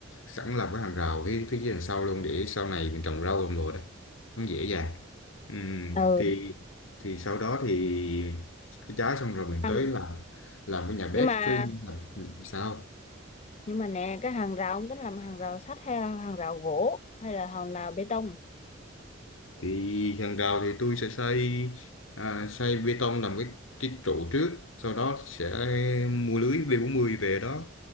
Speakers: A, on the left; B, on the left.
A: sẵn làm cái hàng rào phía phía dưới đằng sau luôn để sau này mình trồng rau trồng đồ đấy nó dễ dàng ừ.
B: ừ
A: thì thì sau đó thì cái trái xong rồi mình
B: Hàng-
A: tới làm làm cái nhà bếp
B: nhưng mà
A: với sao
B: nhưng mà nè cái hàng rào ông tính làm hàng rào sắt hay là hàng rào gỗ hay là hàng rào bê tông
A: thì hàng rào thì tôi sẽ xây à, xây bê tông làm cái cái trụ trước sau đó sẽ mua lưới b mươi về đó